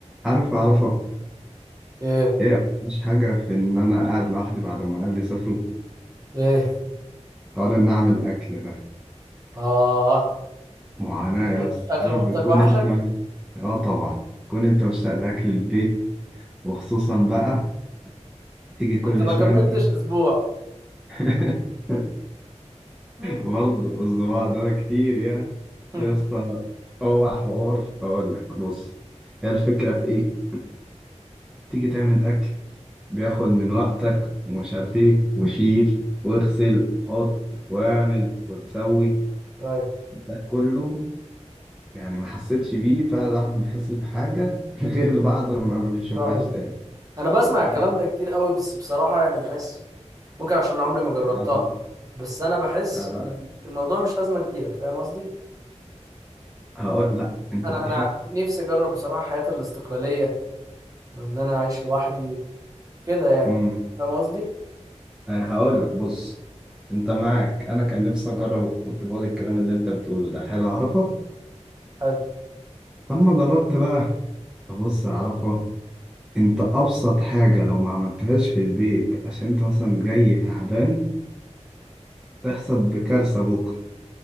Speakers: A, in the centre; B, on the right.
A: عارف أعرفه
B: ايه
A: إيه مش حاجة في إن أنا قاعد لوحدي بعد ما أهلي سافروا
B: ايه
A: حوار إن أعمل أكل ده
B: اه
A: معاناة
B: اكل
A: يا اسطى
B: أكل
A: عارف
B: مامتك
A: بتكون
B: وحشك
A: أنت آه طبعا تكون أنت مشتاق لأكل البيت وخصوصا بقى تيجي كل
B: انت ما
A: شوية
B: كملتش
A: أنت
B: اسبوع
A: <laughs>
B: مم.
A: برضه الصباع ده كتير يا
B: <laughs>
A: يا اسطى هو حوار اقول لك بص هي الفكره في ايه تيجي تعمل اكل بياخد من وقتك ومش عارف ايه وشيل واغسل حط واعمل وسوي
B: طيب
A: ده كله يعني ما حسيتش بيه فعلا الواحد ما بيحسش بحاجة <laughs> غير بعد ما ما بيشوفهاش
B: بتروح من
A: تاني
B: انا بسمع
A: تمام
B: الكلام ده كتير قوي بس بصراحة يعني بحس ممكن عشان عمري ما جربتها
A: يعني-
B: بس انا بحس
A: آه
B: ان
A: لا
B: الموضوع مش أزمة كبيرة فاهم قصدي
A: هقول لا انت
B: انا
A: بتحس
B: انا نفسي اجرب بصراحة حياة الاستقلالية وان انا اعيش لوحدي وكده يعني
A: امم
B: فاهم قصدي
A: آه هقول لك بص انت معاك انا كان نفسي اجرب كنت بقول الكلام اللي انت بتقوله ده حلو عرفه
B: حلو
A: لما جربت بقى بص يا عرفه انت ابسط حاجة لو ما عملتهاش في البيت عشان انت مثلا جاي تعبان تحصل بكارثة بكرة